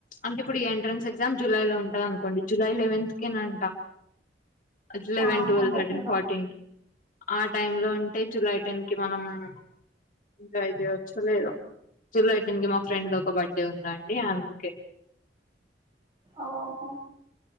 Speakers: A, on the left; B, on the right.
A: అంటే ఇప్పుడు ఈ ఎంట్రన్స్ ఎగ్జామ్ జూలై లో ఉంటది అనుకోండి జులై లెవెంత్ కేనంట అట్
B: వామ్మో
A: లెవెన్ ట్వల్వ్
B: అంత
A: థర్టీన్
B: తొందర
A: ఫార్టీన్ ఆ టైమ్ లో ఉంటే జూలై టెన్ కి మనం <unintelligible> జూలై టెన్ కి మా ఫ్రెండ్ ది ఒక బర్త్డే ఉంది అండి అందుకే
B: ఓహో